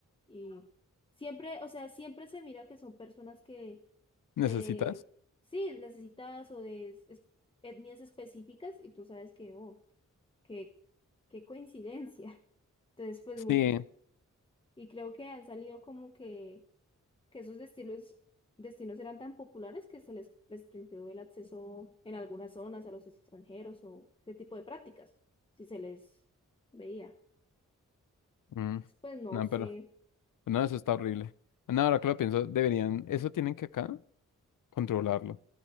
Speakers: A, on the left; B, on the left.
A: y siempre, o sea, siempre se mira que son personas que
B: necesitas.
A: de, sí, necesitadas o de es- es- etnias específicas y tú sabes que, oh, que, qué coincidencia. <laughs> Entonces, pues
B: Sí.
A: muchos, y creo que han salido como que que esos destinos, destinos eran tan populares que se les restringió el acceso en algunas zonas a los extranjeros o ese tipo de prácticas, si se les veía.
B: Mm.
A: Pues no
B: No,
A: sé.
B: pero. No, eso está horrible. No, ahora que lo pienso, deberían, eso tienen que acá controlarlo. O